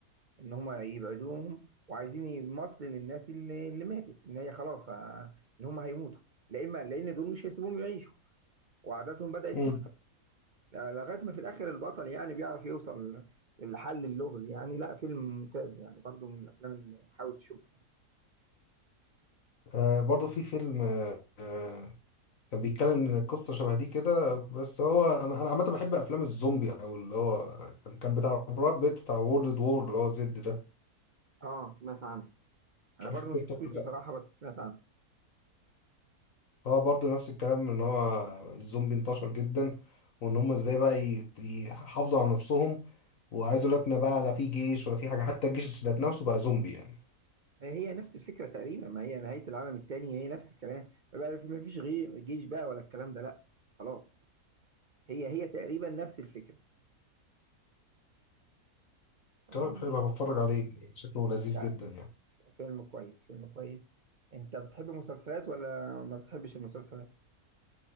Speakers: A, on the right (about 50°); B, on the left (about 60°).
A: ان هم يبعدوهم وعايزين يمصل للناس اللي, اللي ماتت ان هي خلاص آه، ان هم هيموتوا لا اما لان دول مش هيسيبوهم يعيشوا وعاداتهم بدأت
B: ده
A: تكتر لا- لغايه ما في الاخر البطل يعني بيعرف يوصل لحل اللغز يعني لا فيلم ممتاز يعني برضو من الافلام اللي حاول تشوفها
B: آه برضو في فيلم آه آه، كان بيتكلم ان قصة شبه دي كده بس هو انا انا عامة بحب افلام الزومبي او اللي هو كان كان بتاع براد بيت بتاع وورلد وور اللي هو زد ده
A: اه سمعت عنه انا
B: مش عارف
A: برضو ما
B: شفته
A: شفتوش
B: ولا
A: بصراحه
B: لأ.
A: بس سمعت عنه
B: هو برضو نفس الكلام ان هو الزومبي انتشر جدا وان هم ازاي بقى ي- يحافظوا على نفسهم وعايز اقول لك ان بقى لا في جيش ولا في حاجة حتى الجيش ذات نفسه بقى زومبي يعني
A: هي هي نفس الفكره تقريبا ما هي نهايه العالم الثاني هي نفس الكلام بقى ما فيش غير جيش بقى ولا الكلام ده لا خلاص هي هي تقريبا نفس الفكره آه،
B: طيب حلو بتفرج عليه شكله لذيذ
A: لا
B: جدا يعني
A: فيلم كويس فيلم كويس انت بتحب المسلسلات ولا ما بتحبش المسلسلات